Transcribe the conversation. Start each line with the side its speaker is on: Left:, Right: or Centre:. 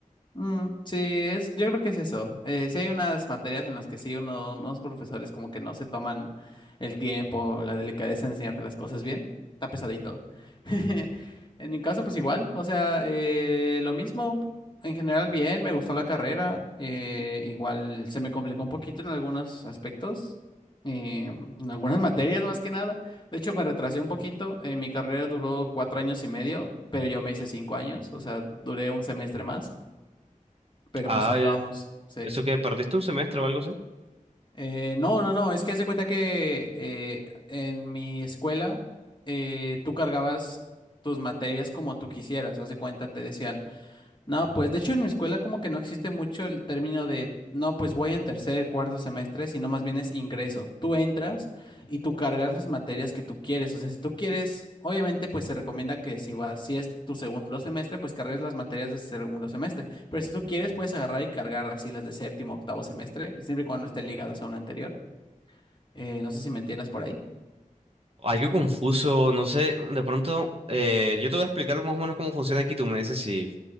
Left: Mm, sí, es, yo creo que es eso. Eh, sí hay unas materias en las que sí uno, unos profesores como que no se toman el tiempo, la delicadeza de enseñarte las cosas bien. Está pesadito. <laughs> En mi caso, pues igual. O sea, eh, lo mismo. En general, bien, me gustó la carrera. eh, igual se me complicó un poquito en algunos aspectos. eh, en algunas materias más que nada. De hecho, me retrasé un poquito. eh, mi carrera duró cuatro años y medio, pero yo me hice cinco años. O sea, duré un semestre más. Pero
Right: Ah,
Left: pues ahí
Right: eh,
Left: vamos, sí.
Right: ¿eso que perdiste un semestre o algo así?
Left: Eh, no, no, no, es que hace cuenta que eh, en mi escuela eh, tú cargabas tus materias como tú quisieras. Haz de cuenta, te decían. No, pues de hecho en mi escuela como que no existe mucho el término de, no, pues voy en tercer, cuarto semestre, sino más bien es ingreso. Tú entras y tú cargas las materias que tú quieres. O sea, si tú quieres, obviamente pues se recomienda que si vas, si es tu segundo semestre, pues cargues las materias de ese segundo semestre. Pero si tú quieres, puedes agarrar y cargar así las de séptimo, octavo semestre, y siempre y cuando estén ligadas a una anterior. Eh, no sé si me entiendas por ahí.
Right: Algo confuso, no sé, de pronto eh, yo te voy a explicar más o menos cómo funciona aquí, tú me dices si,